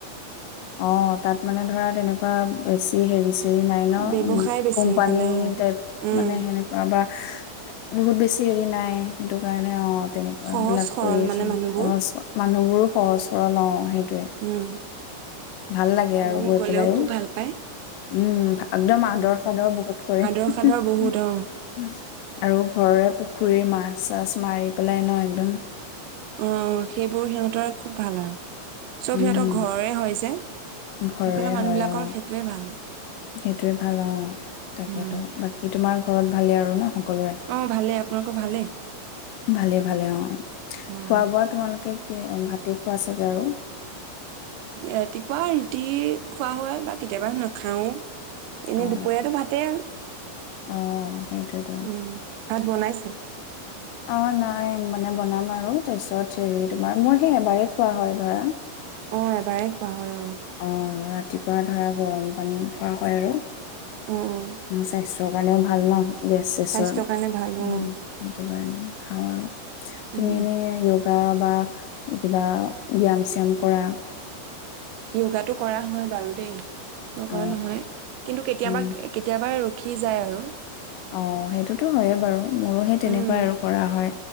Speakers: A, on the left (about 80°); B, on the right (about 85°).
A: অ, তাত মানে ধৰা তেনেকুৱা বেছি হেৰি <unintelligible> মাইনাও
B: ব্যৱসায় বেছি
A: কোম্পানী
B: সেইফালে অ
A: তাত
B: উম
A: মানে সেনেকোৱা এটা বহুত বেছি হেৰি নাই সেইটো কাৰণে অ তেনেকুৱা
B: সহজ
A: বিলাক
B: সৰল
A: কৰি আছো
B: মানে মানুহবোৰ
A: <inaudible> মানুহবোৰো সহজ সৰল অ সেইটোৱে
B: উম
A: ভাল লাগে আৰু
B: মানুহ
A: গৈ
B: গলেও
A: পেলাইও
B: খুব ভাল পায়
A: উম একদম আদৰ
B: উম
A: সাদৰ বহুত কৰে আৰু
B: আদৰ সাদৰ বহুত অ
A: ঘৰৰে, পুখুৰীৰ মাছ চাছ মাৰি পেলাই ন একদম
B: অ' সেইবোৰ সিহঁতৰ খুব ভাল আৰু চব
A: উম
B: সিহঁতৰ ঘৰৰে <unintelligible> সেইফালে
A: ঘৰৰে
B: মানুহবিলাকৰ
A: হয় অ
B: সেইটোৱে ভাল
A: সেইটোৱে ভাল অ তাকেতো
B: উম
A: বাকী, তোমাৰ ঘৰত ভালে আৰু ন, সকলৰে
B: অ ভালে আপোনালোকৰ ভালেই
A: ভালে ভালে অ
B: উম
A: খোৱা বোৱা তোমালোকে, ভাতে খোৱা চাগে আৰু
B: ৰাতিপুৱা ৰুটি খোৱা হয় বা কেতিয়াবা নাখাও! এনে
A: অ
B: দুপৰীয়াতো ভাতে উম!
A: অ সেইটোয়েতো
B: ভাত বনাইছে,
A: অ নাই মানে বনাম আৰু তাৰপিছত হেৰি তোমাৰ মোৰ সেই এবাৰেই খোৱা হয় ধৰা,
B: অ এবাৰে খোৱা হয় অ'
A: অ ৰাতিপুৱা ধৰা গৰম পানী ভৰা হয় আৰু
B: অ'
A: স্বাস্থ্যৰ কাৰণেও ভাল ন, গেছ
B: স্বাস্থ্যৰ কাৰণে ভাল
A: <unintelligible>
B: অ
A: সেইটো কাৰণে খাওঁ আৰু তুমি
B: উম
A: এনে, বা বা কিবা ব্যয়াম শ্যাম কৰা
B: য়োগাটো কৰা হয় বাৰু দেই, নকৰা
A: অ
B: নহয় কিন্তু কেতিয়াবা
A: উম
B: কেতিয়াবা, <unintelligible> যায় আৰু
A: অ' সেইটোতো হয়ে বাৰু মোৰো সেই তেনেকুৱাই
B: উম
A: আৰু কৰা হয়